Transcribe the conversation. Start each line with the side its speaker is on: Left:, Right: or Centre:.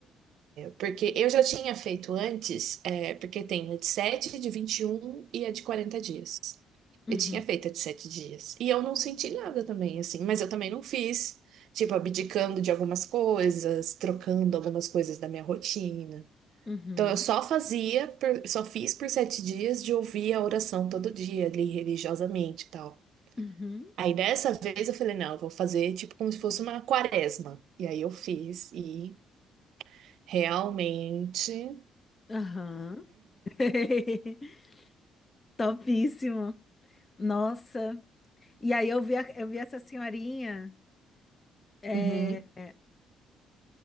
Right: Porque eu já tinha feito antes, é, porque tem a de 7 de vinte e um e a de 40 dias.
Left: uhum,
Right: Eu tinha feito a de 7 dias. E eu não senti nada também, assim, mas eu também não fiz, tipo, abdicando de algumas coisas, trocando algumas coisas da minha rotina.
Left: uhum,
Right: Então eu só fazia, por- só fiz por sete dias de ouvir a oração todo dia, ali religiosamente e tal.
Left: uhum,
Right: Aí dessa vez eu falei, não, eu vou fazer tipo como se fosse uma quaresma. E aí eu fiz e realmente.
Left: aham. <laughs> Topíssimo. Nossa. E aí eu vi, a- eu vi essa senhorinha, é,
Right: Uhum.